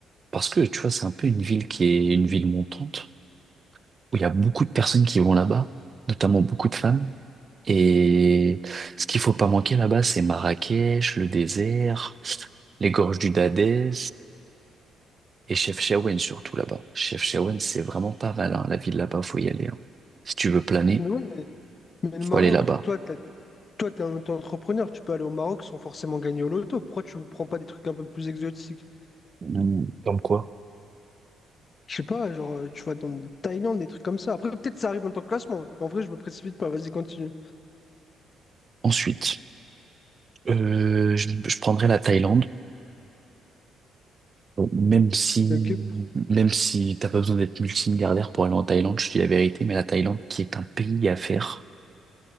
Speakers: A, on the right (about 40°); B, on the left (about 40°).
A: Parce que, tu vois, c'est un peu une ville qui est une ville montante, où il y a beaucoup de personnes qui vont là-bas, notamment beaucoup de femmes. Et ce qu'il faut pas manquer là-bas, c'est Marrakech, le désert, les gorges du Dadès et Chefchaouen surtout là-bas. Chefchaouen, c'est vraiment pas mal, hein. La ville là-bas, faut y aller, hein. Si tu veux planer,
B: Mais ouais, mais, mais le
A: faut
B: Maroc,
A: aller là-bas.
B: toi, t'as- toi, t'es un auto-entrepreneur, tu peux aller au Maroc sans forcément gagner au loto. Pourquoi tu ne prends pas des trucs un peu plus exotiques?
A: Mm, Comme quoi?
B: Je sais pas, genre, euh, tu vois, dans le Thaïlande, des trucs comme ça. Après, peut-être ça arrive en tant que classement. En vrai, je me précipite pas. Vas-y, continue.
A: Ensuite, euh, je, je prendrai la Thaïlande. Bon, même si,
B: Ok.
A: même si t'as pas besoin d'être multimilliardaire pour aller en Thaïlande, je te dis la vérité, mais la Thaïlande qui est un pays à faire,